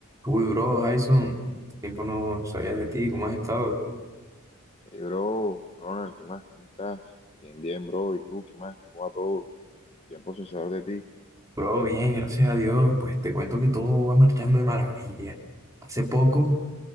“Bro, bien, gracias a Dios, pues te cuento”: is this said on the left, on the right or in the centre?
Right